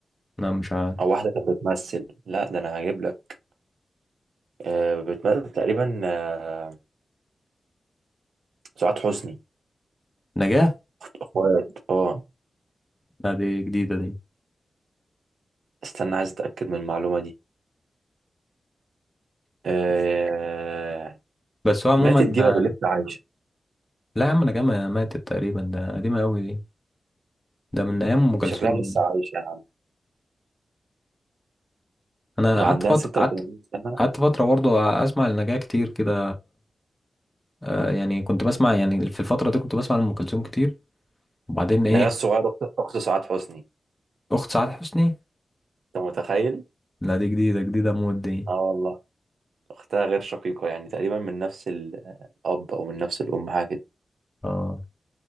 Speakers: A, on the left; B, on the right.
A: انا مش عارف
B: او واحدة كانت بتمثل لا ده انا هجيب لك آه، بتمثل تقريبا آه، سعاد حسني
A: نجاة
B: اخوات اه
A: لا دي جديده دي
B: استنى عايز اتأكد من المعلومة دي آه،
A: بس هو
B: ماتت
A: عموما
B: دي ولا لسه عايشة
A: لا يا عم نجمة ماتت تقريبا ده قديمة أوي دي ده من أيام أم كلثوم
B: دي شكلها لسه
A: يعني.
B: عايشة يا عم
A: أنا
B: ده
A: قعدت
B: عندها
A: فترة
B: 86
A: قعدت
B: سنة
A: قعدت فترة برضه أسمع النجاة كتير كده آه يعني كنت بسمع يعني في الفترة دي كنت بسمع أم كلثوم كتير وبعدين إيه
B: نغاس صغيرة اخت أخت سعاد حسني
A: أخت سعاد حسني
B: انت متخيل
A: لا دي جديدة جديدة موت دي
B: اه والله أختها غير شقيقة يعني تقريبا من نفس ال- الأب أو من نفس الأم حاجة كده
A: اه